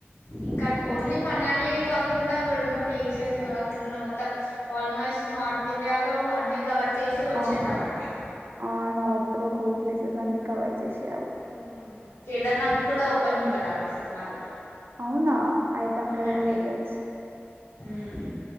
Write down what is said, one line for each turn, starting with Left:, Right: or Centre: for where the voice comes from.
Left: ఇంకా ఓన్లీ మనాలియే కాకుండా అక్కడున్న ప్లేసెస్ అక్కడున్న మొత్తం ఆల్మోస్ట్ నార్త్ ఇండియాలో అన్నీ కవర్ చేసి వచ్చేద్దామండి
Right: ఆ ఆ నార్త్ లో కూల్ ప్లేసెస్ అన్ని కవర్ చేసేయాలి
Left: ఊహుమ్ కేదర్నాథ్ కూడా ఓపెన్ ఉంటు టదండి సమ్మర్లో
Right: అవునా అయితే అక్కడ
Left: అవునండి
Right: కూడా వెళ్ళొచ్చు
Left: ఉమ్